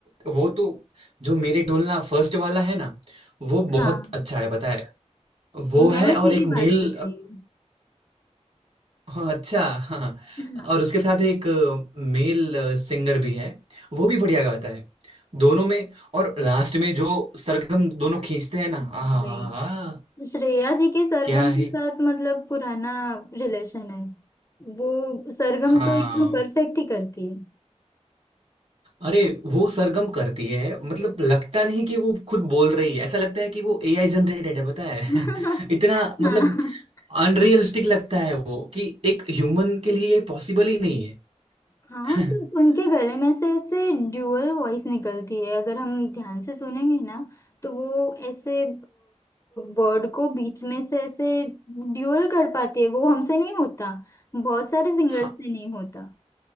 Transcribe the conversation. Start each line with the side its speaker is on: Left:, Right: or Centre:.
Right: वो तो जो मेरे डोलना फर्स्ट वाला है ना वो बहुत
Left: हाँ
Right: अच्छा है पता है वो
Left: मैं
Right: है
Left: उसी
Right: और एक
Left: की बात
Right: मेल
Left: कर रही हूँ
Right: हाँ <laughs> अच्छा हाँ
Left: हाँ
Right: और उसके साथ एक मेल सिंगर भी है वो भी बढ़िया गाता है दोनों में और लास्ट में जो सरगम दोनों खींचते हैं ना आहा
Left: हाँ भाई श्रेया जी के सरगम
Right: क्या
Left: के
Right: है
Left: साथ मतलब पुराना रिलेशन है वो सरगम
Right: हाँ
Left: तो एकदम परफेक्ट ही करती है
Right: अरे वो सरगम करती है मतलब लगता नहीं कि वो खुद बोल रही है ऐसा लगता है कि वो एआई जनरेटेड है पता है
Left: <laughs>
Right: <laughs> इतना मतलब
Left: हाँ
Right: अनरियलिस्टिक लगता है वो कि एक ह्यूमन के लिए ये पॉसिबल ही नहीं है
Left: हाँ
Right: <laughs>
Left: मतलब उनके गले में से ऐसे ड्यूअल वॉइस निकलती है अगर हम ध्यान से सुनेंगे ना तो वो ऐसे वर्ड को बीच में से ऐसे ड्यूअल कर पाती है वो हमसे नहीं होता बहुत सारे सिंगर्स
Right: हाँ
Left: से नहीं होता